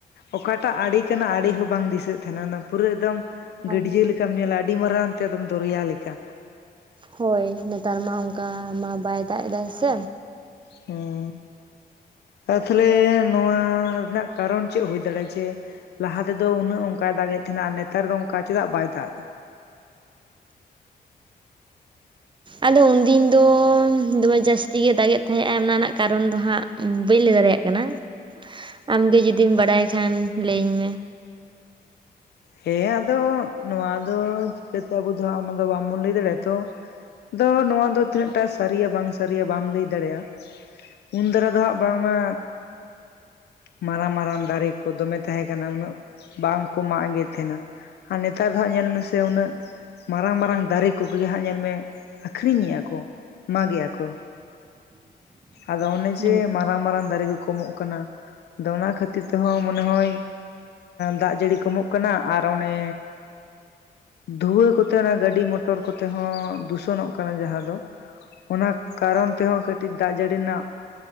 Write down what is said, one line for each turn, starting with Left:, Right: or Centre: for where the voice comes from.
Left: ᱚᱠᱟᱴᱟᱜ ᱟᱲᱮ ᱠᱟᱱᱟ ᱟᱲᱮ ᱦᱚᱸ ᱵᱟᱝ ᱫᱤᱥᱟᱹᱜ ᱛᱟᱦᱮᱱᱟ, ᱚᱱᱟ ᱯᱩᱨᱟᱹ ᱮᱠᱫᱚᱢ
Right: ᱦᱮᱸ
Left: ᱜᱟᱹᱰᱭᱟᱹ ᱞᱮᱠᱟᱢ ᱧᱮᱞᱟ ᱟᱹᱰᱤ ᱢᱟᱨᱟᱝᱛᱮ ᱮᱠᱫᱚᱢ ᱫᱚᱨᱭᱟ ᱞᱮᱠᱟ᱾
Right: ᱦᱳᱭ ᱱᱮᱛᱟᱨ ᱢᱟ ᱚᱱᱠᱟ ᱢᱟ ᱵᱟᱭ ᱫᱟᱜ ᱮᱫᱟᱭ ᱥᱮ᱾
Left: ᱦᱮᱸ ᱟᱨ ᱛᱟᱦᱚᱞᱮ ᱱᱚᱣᱟ ᱨᱮᱱᱟᱜ ᱠᱟᱨᱚᱱ ᱪᱮᱫ ᱦᱩᱭ ᱫᱟᱲᱮᱭᱟᱜᱼᱟ? ᱡᱮ ᱞᱟᱦᱟ ᱛᱮᱫᱚ ᱩᱱᱟᱹᱜ ᱚᱱᱠᱟᱭ ᱫᱟᱜ ᱮᱫ ᱛᱟᱦᱮᱱᱟ, ᱟᱨ ᱱᱮᱛᱟᱨ ᱫᱚ ᱚᱱᱠᱟ ᱪᱮᱫᱟᱜ ᱵᱟᱭ ᱫᱟᱜ ᱮᱫᱟ?
Right: ᱟᱫᱚ ᱩᱱᱫᱤᱱ ᱫᱚ ᱫᱚᱢᱮ ᱡᱟᱹᱥᱛᱤ ᱜᱮ ᱫᱟᱜᱮᱫ ᱛᱟᱦᱮᱸᱫᱼᱟ ᱚᱱᱟ ᱨᱮᱱᱟᱜ ᱠᱟᱨᱚᱱ ᱫᱚ ᱦᱟᱸᱜ ᱵᱟᱹᱧ ᱞᱟᱹᱭ ᱫᱟᱲᱮᱭᱟᱜ ᱠᱟᱱᱟ᱾ ᱟᱢ ᱜᱮ ᱡᱩᱫᱤᱢ ᱵᱟᱲᱟᱭ ᱠᱷᱟᱱ ᱞᱟᱹᱭᱟᱹᱧ ᱢᱮ᱾
Left: ᱦᱮᱸ ᱟᱫᱚ ᱱᱚᱣᱟ ᱫᱚ ᱪᱤᱠᱟᱹᱛᱮ ᱟᱵᱚ ᱫᱚ ᱦᱟᱸᱜ ᱚᱱᱟ ᱫᱚ ᱵᱟᱵᱚᱱ ᱞᱟᱹᱭ ᱫᱟᱲᱮᱭᱟᱜᱼᱟ ᱛᱚ᱾ ᱫᱚ ᱱᱚᱣᱟ ᱫᱚ ᱛᱤᱱᱟᱹᱜᱴᱟ ᱥᱟᱹᱨᱤᱭᱟ ᱵᱟᱝ ᱥᱟᱹᱨᱤᱭᱟ ᱵᱟᱢ ᱞᱟᱹᱭ ᱫᱟᱲᱮᱭᱟᱜᱼᱟ᱾ ᱩᱱ ᱫᱷᱟᱨᱟ ᱫᱚ ᱦᱟᱸᱜ ᱵᱟᱝᱢᱟ ᱢᱟᱨᱟᱝ ᱢᱟᱨᱟᱝ ᱫᱟᱨᱮ ᱠᱚ ᱫᱚᱢᱮ ᱛᱟᱦᱮᱸ ᱠᱟᱱᱟ ᱩᱱᱟᱹᱜ ᱵᱟᱝᱠᱚ ᱢᱟᱜ ᱜᱮᱛ ᱛᱟᱦᱮᱱᱟ᱾ ᱟᱨ ᱱᱮᱛᱟᱨ ᱫᱚ ᱦᱟᱸᱜ ᱧᱮᱞ ᱢᱮᱥᱮ ᱩᱱᱟᱹᱜ ᱢᱟᱨᱟᱝ ᱢᱟᱨᱟᱝ ᱫᱟᱨᱮ ᱠᱚᱜᱮ ᱦᱟᱸᱜ ᱧᱮᱞ ᱢᱮ ᱟᱠᱷᱨᱤᱧᱮᱭᱟ ᱠᱚ, ᱢᱟᱜᱮᱭᱟ ᱠᱚ᱾
Right: <inaudible>
Left: ᱟᱫᱚ ᱚᱱᱮ
Right: ᱦᱮᱸ
Left: ᱡᱮ ᱢᱟᱨᱟᱝ ᱢᱟᱨᱟᱝ ᱫᱟᱨᱮ ᱠᱚ ᱠᱚᱢᱚᱜ ᱠᱟᱱᱟ᱾ ᱟᱫᱚ ᱚᱱᱟ ᱠᱷᱟᱹᱛᱤᱨ ᱛᱮᱦᱚᱸ ᱢᱚᱱᱮ ᱦᱚᱭ ᱫᱟᱜ ᱡᱟᱹᱲᱤ ᱠᱚᱢᱚᱜ ᱠᱟᱱᱟ ᱟᱨ ᱚᱱᱮ, ᱫᱷᱩᱣᱟᱹ ᱠᱚᱛᱮ ᱚᱱᱟ ᱜᱟᱹᱰᱤ ᱢᱚᱴᱚᱨ ᱠᱚᱛᱮ ᱦᱚᱸ ᱫᱩᱥᱚᱱᱚᱜ ᱠᱟᱱᱟ ᱡᱟᱦᱟᱸ ᱫᱚ᱾ ᱚᱱᱟ ᱠᱟᱨᱚᱱ ᱛᱮᱦᱚᱸ ᱠᱟᱹᱴᱤᱡ ᱫᱟᱜ ᱡᱟᱹᱲᱤ ᱨᱮᱱᱟᱜ